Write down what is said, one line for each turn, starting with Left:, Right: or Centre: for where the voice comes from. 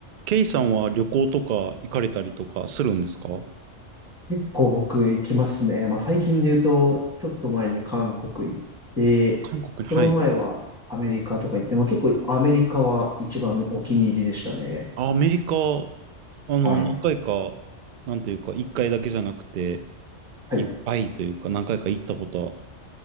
Right: ケイさんは旅行とか行かれたりとかするんですか
Centre: 結構僕行きますね。まあ最近で言うと、ちょっと前に韓国行って、
Right: 韓国に、
Centre: その前はアメリカとか行って、
Right: はい。
Centre: まあ結構アメリカは一番お気に入りでしたね。
Right: あアメリカ、あの、
Centre: はい。
Right: 何回か、なんというか、一回だけじゃなくて、
Centre: はい。
Right: いっぱいというか、何回か行ったこと